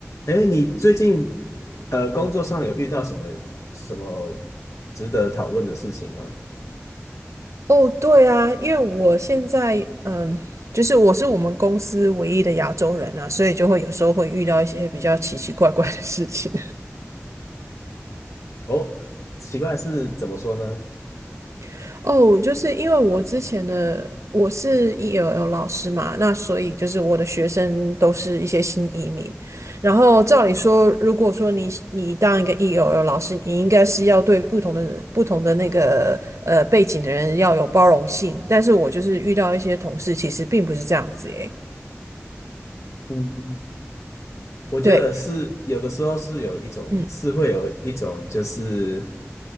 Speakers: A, on the left; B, on the right.
A: 哎，你最近呃工作上有遇到什么什么值得讨论的事情吗？
B: 哦，对啊，因为我现在嗯，就是我是我们公司唯一的亚洲人啊，所以就会有时候会遇到一些比较奇奇怪怪的事情。
A: 哦，奇怪是怎么说呢？
B: <laughs> 哦，就是因为我之前的我是 ELL 老师嘛，那所以就是我的学生都是一些新移民。然后照理说，如果说你你当一个 ELL 老师，你应该是要对不同的人、不同的那个呃背景的人要有包容性。但是我就是遇到一些同事，其实并不是这样子诶。
A: 嗯，我觉得是有的时候是有一种是会有一种就是
B: 对。嗯。